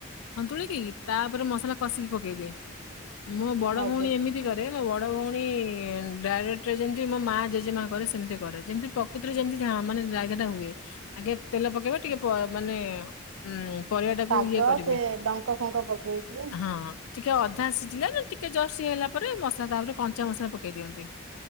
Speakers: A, on the left (about 85°); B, on the right (about 75°).
A: ସନ୍ତୁଳିକି ତାପରେ ମସଲା କଷିକି ପକେଇଦିଏ। ମୋ ବଡ
B: ଆଜ୍ଞା
A: ଭଉଣୀ ଏମିତି କରେ ମୋ ବଡ ଭଉଣୀ ଡାଇରେକ୍ଟ ଯେମିତି ମୋ ମା ଜେଜେ ମା କରେ ସେମିତି କରେ ଯେମିତି ପ୍ରକୃତରେ ଯେମିତି ଯାହା ମାନେ ଟା ହୁଏ ଆଗେରେ ତେଲ ପକେଇବା ଟିକେ ପ ମାନେ ଉ ପରିବା ଟାକୁ
B: ଶାଗ
A: ଇଏ କରିବେ
B: ସେ ଡଙ୍କ ଫଙ୍କ ପକେଇକି
A: ହଁ ଟିକେ ଅଧା ସିଝିଲା ନା ଟିକେ ଜର୍ସିି ହେଲା ପରେ ମସଲା ତାପରେ କଞ୍ଚା ମସଲା ପକେଇ ଦିଅନ୍ତି।